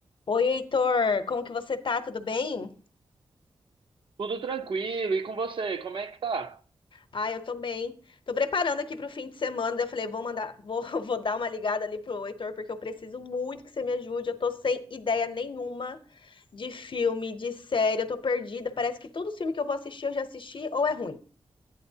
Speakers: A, on the left; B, on the right.
A: Oi, Heitor, como que você tá? Tudo bem?
B: Tudo tranquilo, e com você, como é que tá?
A: Ah, eu tô bem. Tô preparando aqui pro fim de semana. daí Eu falei, vou mandar, vou, <laughs> vou dar uma ligada ali pro Heitor, porque eu preciso muito que você me ajude. Eu tô sem ideia nenhuma de filme, de série, eu tô perdida. Parece que todo filme que eu vou assistir, eu já assisti ou é ruim.